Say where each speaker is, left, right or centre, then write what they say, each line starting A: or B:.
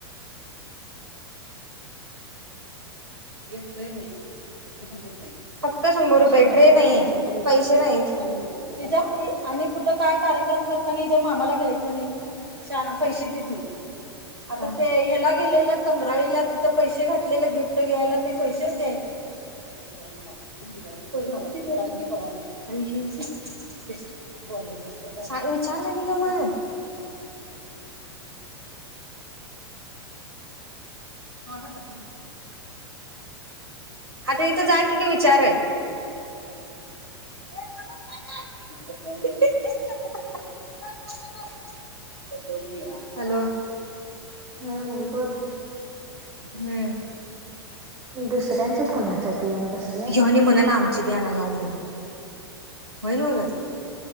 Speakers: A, on the right; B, on the right.
A: एक ट्रेन आहे फक्त शंभर रुपये ट्रे नाही आहेत पैशे नाहीत हिजा फी आणि कुठं काय कार्यक्रम करताना हिज्या मामाला घ्यायचं नाही. शहाणा पैशे देत नाही. आता ते ह्याला गेलेलं कंगराळीला तिथं पैशे घातले गिफ्ट घ्यायला ते पैशेच द्याय नाही. ह <unintelligible> साइ विचार जा की मग आणा दाखवून आता इथं जा की काय विचार आहे? <unintelligible> हॅलो
B: हम्म बोल.
A: हम्म.
B: दुसऱ्यांच्या कुणाच्यात येऊन बस
A: घेऊन ये म्हणाला आमची घ्याना जाऊ म्हणून होय न वय गं.